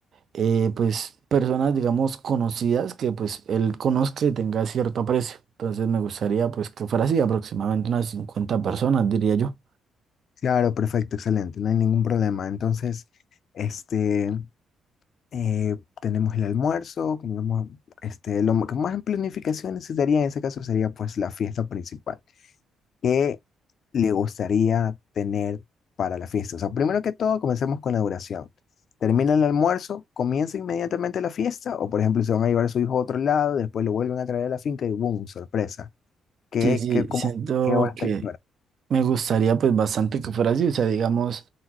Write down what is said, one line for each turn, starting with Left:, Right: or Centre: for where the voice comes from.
Right: eh, pues personas, digamos, conocidas que pues él conozca y tenga cierto aprecio. Entonces me gustaría pues que fuera así, aproximadamente unas 50 personas, diría yo.
Left: Claro, perfecto, excelente, no hay ningún problema. Entonces, este... eh, tenemos el almuerzo, tenemos este, lo que más en planificación necesitaría en ese caso sería pues la fiesta principal. ¿Qué le gustaría tener para la fiesta? O sea, primero que todo, comencemos con la duración. ¿Termina el almuerzo? ¿Comienza inmediatamente la fiesta? O por ejemplo, se van a llevar a su hijo a otro lado, después lo vuelven a traer a la finca y ¡boom! ¡Sorpresa! ¿Qué,
Right: Sí, sí,
Left: qué, cómo,
Right: siento
Left: qué hora está
Right: que
Left: aquí?
Right: Me gustaría pues bastante que fuera así, o sea, digamos,